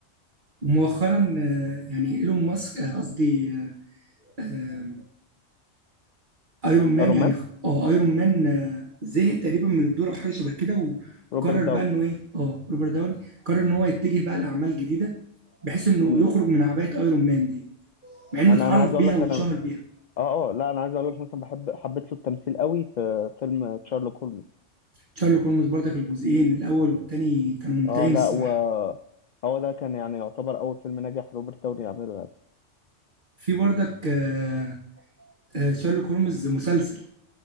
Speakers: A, on the right; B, on the left.
A: ومؤخرا آه، يعني ايلون ماسك آه، قصدي آه، آه، ايرون مان
B: ايرون
A: يعني
B: مان
A: خ- اه ايرون مان آه، زهق تقريبا من الدور او حاجه شبه كده و-
B: روبرت
A: وقرر
B: داوني
A: بقى انه ايه اه روبرت داوني قرر ان هو يتجه بقى لاعمال جديده بحيث انه
B: امم
A: يخرج من عبايه ايرون مان دي مع انه
B: انا
A: اتعرف
B: انا عايز
A: بيها
B: اقول لك
A: واتشهر
B: انا
A: بيها
B: اه اه لا انا عايز اقول لك مثلا بحب حبيت له التمثيل قوي في فيلم تشارلوك هولمز
A: شارلوك هولمز برضك الجزئين الاول والتاني كانوا ممتعين
B: اه لا
A: الصراحه
B: و هو ده كان يعني يعتبر اول فيلم ناجح روبرت داوني يعمله يعني
A: في برضك آه، آه، شارلوك هولمز مسلسل